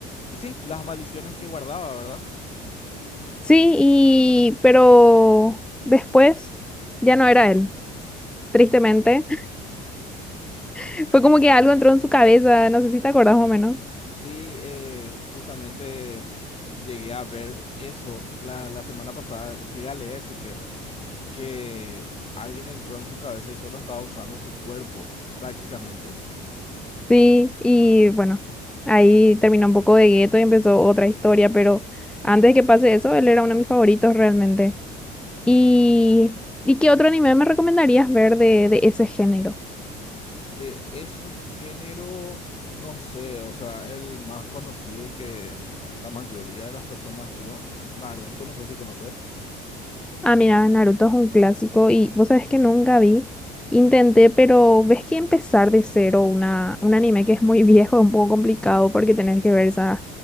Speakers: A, on the left (about 30°); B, in the centre.
A: y sí, las maldiciones que guardaba, ¿verdad?
B: Sí, y pero después ya no era él, tristemente. <laughs> Fue como que algo entró en su cabeza, no sé si te acordás más o menos.
A: Sí, eh, justamente llegué a ver eso la, la semana pasada, llegué a leer, sí que, que alguien entró en su cabeza y solo estaba usando su cuerpo, prácticamente.
B: Sí, y bueno, ahí terminó un poco de gueto y empezó otra historia, pero antes de que pase eso, él era uno de mis favoritos realmente. ¿Y, ¿y qué otro anime me recomendarías ver de, de ese género?
A: De ese género, no sé, o sea, el más conocido y que la mayoría de las personas vio, Naruto, no sé si conoces.
B: Ah, mira, Naruto es un clásico y vos sabés que nunca vi. Intenté, pero ves que empezar de cero una, un anime que es muy <laughs> viejo es un poco complicado porque tenés que ver esas